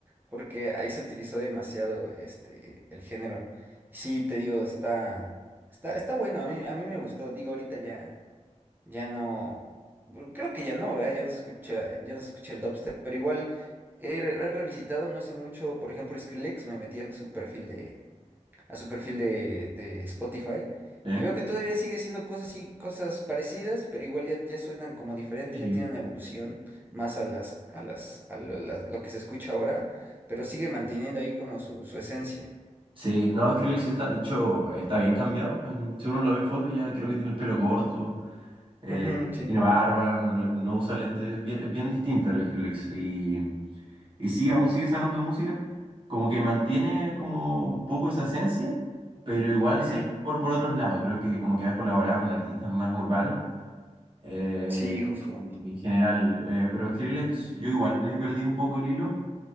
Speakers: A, on the right; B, on the right.
A: porque ahí se utilizó demasiado este, el género. Y sí, te digo, está, está, está bueno, a mí, a mí me gustó. Digo, ahorita ya, ya no, bueno, creo que ya no, ¿verdad? Ya no se escucha, ya no se escucha el dubstep, pero igual he, re- he revisitado no sé mucho, por ejemplo, Skrillex, me metí a su perfil de a su perfil de, de Spotify
B: eh,
A: y veo que todavía sigue haciendo cosas y cosas parecidas, pero igual ya, ya suenan como diferente,
B: sí.
A: ya tienen una evolución más a las, a las, a lo, las- lo que se escucha ahora, pero sigue manteniendo ahí como su, su esencia.
B: Sí, no, Skrillex está, de hecho, está bien cambiado. en- Si uno lo ve en fotos, ya creo que tiene el pelo corto. Eh,
A: Ujú,
B: tiene
A: sí,
B: barba, no usa lentes, es bien, es bien distinta la Skrillex. Y, y sí, aún sigue sacando música, como que mantiene como un poco esa esencia, pero igual
A: ujú.
B: se ha ido por, por otros lados. Creo que como que ha colaborado con artistas más urbanos eh,
A: Sí, justo.
B: en general. eh, pero Skrillex, yo igual le perdí un poco el hilo,